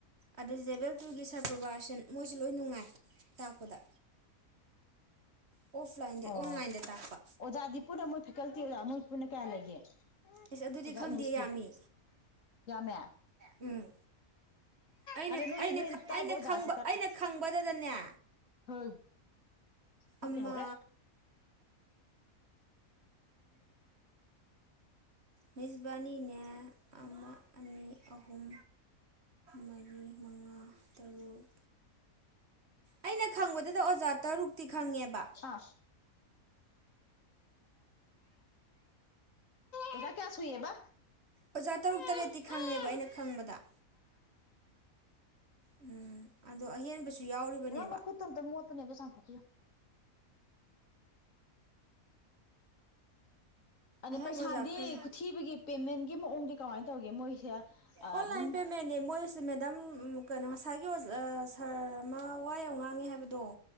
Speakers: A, on the right (about 50°); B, on the left (about 60°).
A: ꯑꯗ ꯗꯦꯕꯦꯜ ꯑꯗꯨꯒꯤ ꯁꯔꯄ꯭ꯔꯕꯥꯔꯁꯟ ꯃꯣꯏꯁꯨ ꯂꯣꯏ ꯅꯨꯡꯉꯥꯏ ꯇꯥꯛꯄꯗ ꯑꯣꯐꯂꯥꯏꯟꯗ
B: ꯑꯣ
A: ꯑꯣꯟꯂꯥꯏꯟꯗ
B: ꯑꯣꯖꯥꯗꯤ
A: ꯇꯥꯛꯄ
B: ꯄꯨꯟꯅ ꯃꯣꯏ ꯐꯦꯀꯜꯇꯤ ꯑꯣꯖꯥ ꯃꯣꯏ ꯄꯨꯟꯅ ꯀꯌꯥ ꯂꯩꯒꯦ
A: ꯑꯦꯁ ꯑꯗꯨꯗꯤ
B: ꯑꯣꯖꯥ
A: ꯈꯪꯗꯦ
B: ꯏꯪꯂꯤꯁꯀꯤ
A: ꯌꯥꯝꯃꯤ
B: ꯌꯥꯝꯃꯦ
A: ꯎꯝ ꯑꯩꯅ
B: ꯍꯥꯏꯕ ꯅꯣꯏꯗꯤ
A: ꯑꯩꯅ
B: ꯅꯣꯏꯗꯤ ꯇꯥꯛꯏꯕ
A: ꯑꯩꯅꯕ
B: ꯑꯣꯖꯥꯁꯤ ꯇꯠ
A: ꯑꯩꯅ ꯈꯪꯕꯗꯗꯅꯦ
B: ꯍꯣꯏ ꯍꯨꯠ
A: ꯑꯃ
B: ꯂꯩꯍꯧꯔꯦ
A: ꯃꯤꯁ ꯕꯥꯅꯤꯅꯦ ꯑꯃ ꯑꯅꯤ ꯑꯍꯨꯝ ꯃꯔꯤ ꯃꯉꯥ ꯇꯔꯨꯛ ꯑꯩꯅ ꯈꯪꯕꯗ ꯗ ꯑꯣꯖꯥ ꯇꯔꯨꯛꯇꯤ ꯈꯪꯉꯦꯕ
B: ꯑꯥ ꯑꯣꯖꯥ ꯀꯌꯥ ꯁꯨꯏꯌꯦꯕ
A: ꯑꯣꯖꯥ ꯇꯔꯨꯛ
B: ꯑꯥ
A: ꯇꯔꯦꯠꯇꯤ ꯈꯪꯉꯦꯕ ꯑꯩꯅ ꯈꯪꯕꯗ ꯎꯝ ꯑꯗꯣ ꯑꯍꯦꯟꯕꯁꯨ ꯌꯥꯎꯔꯤꯕꯅꯦꯕ
B: ꯏꯃ ꯃꯈꯨꯠꯇꯣ ꯑꯃꯇ ꯃꯣꯠꯕꯅꯦ ꯆꯥꯝꯊꯣꯛꯄꯤꯌꯣ ꯑꯗ
A: ꯑꯍꯦꯟꯕ
B: ꯄꯩꯁꯥꯗꯤ
A: ꯑꯣꯖꯥ ꯈꯔꯁꯨ
B: ꯈꯨꯊꯤꯕꯒꯤ ꯄꯦꯃꯦꯟꯒꯤ ꯃꯑꯣꯡꯗꯤ ꯀꯃꯥꯏꯅ ꯇꯧꯒꯦ ꯃꯣꯏꯁꯦ ꯑꯗꯨꯝ
A: ꯑꯣꯟꯂꯥꯏꯟ ꯄꯦꯃꯦꯟ ꯃꯣꯏ ꯁꯤ ꯃꯦꯗꯥꯝ ꯀꯩꯅꯣ ꯉꯁꯥꯏꯒꯤꯖꯥ ꯁꯥꯔ ꯑꯃ ꯋꯥ ꯌꯥꯝ ꯉꯥꯡꯉꯦ ꯍꯥꯏꯕꯗꯣ